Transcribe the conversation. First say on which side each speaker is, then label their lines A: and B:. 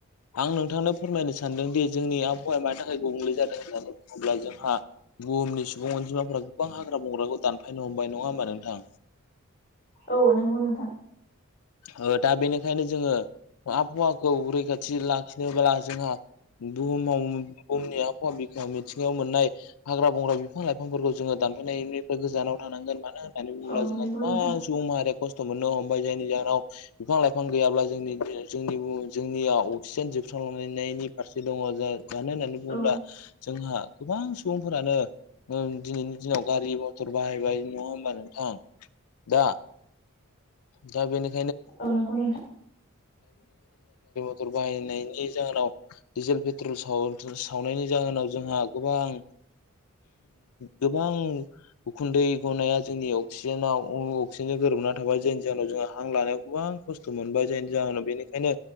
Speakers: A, on the left; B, on the left.
A: आं नोंथांनो फोरमायनो सानदोंदि। जोंनि आबहावाया मानि थाखाय गुबुंले जादों होननानै बुङोब्ला जोंहा बुहुमनि सुबुं अनजिमाफोरा्रा गोबां हाग्रा बंग्राखौ दानफायनो हमबाय नङा होमबा नोंथां।
B: औ नंगौ नोंथां।
A: ओ दा बेनिखायनो जोङो आबहावाखौ रैखाथि लाखिनोब्ला जोंहा बुहुमाव बुहुमनि आबहावा बिायाव मिथिङायाव मोननाय हाग्रा बंग्रा बिफां लाइफांफोरखौ जोङो दा दाननायनिफ्राय गोजानाव थानांगोन मानो होना मानो बुंब्ला
B: औ
A: जोंहा
B: नंगौ
A: गोबां
B: नोंथां
A: सुबुं माहारिया खस्थ' मोननो हमबाय जायोनि ज बिफां लाइफां गैयाब्ला जों जोंनियाव अक्सिजेन जोबस्रांलांनायनि फारसे दङ मानो होननानै बुङोब्ला
B: औ
A: जोंहा गोबां सुबुंफोरानो ओ दिनैनि दिनाव गारि मथर बाहायबाय नङा होमबा नोंथां। दा दा बेनोख <unintelligible>
B: अ‌ नंगौ नोंथा।
A: मटर बाहायनायनि जाहोनाव डिजेल पेट्रल सावनायनि जाहोनाव जोंहा गोबां गोबां <unintelligible> उखुन्दै गनाया जोंनि अक्सिजेनाव अक्सिजेनजों गोरोबना थाबाय जायनि जाहोनाव जोंहा हां लानायाव गोबां खस्थ मोनबाय जाय जाहोनाव बेनिखायनो